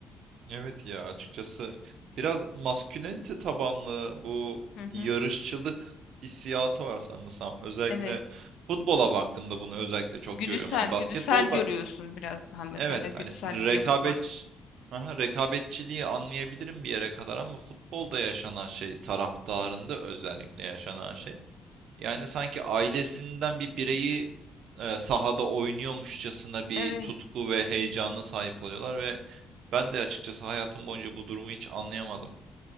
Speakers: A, on the right; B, on the left.
A: Evet ya açıkçası biraz maskülenite tabanlı bu
B: Hı hı,
A: yarışçılık hissiyatı var sanırsam. Özellikle
B: evet.
A: futbola baktığımda bunu özellikle çok
B: Güdüsel,
A: görüyorum. Hani basketbolda
B: güdüsel görüyorsun biraz daha mesela
A: evet
B: güdüsel
A: hani rekabet
B: bir yapı var.
A: Aha, rekabetçiliği anlayabilirim bir yere kadar ama futbolda yaşanan şey taraftarında özellikle yaşanan şey. Yani sanki ailesinden bir bireyi e, sahada oynuyormuşçasına bir
B: Evet.
A: tutku ve heyecana sahip oluyorlar ve ben de açıkçası hayatım boyunca bu durumu hiç anlayamadım.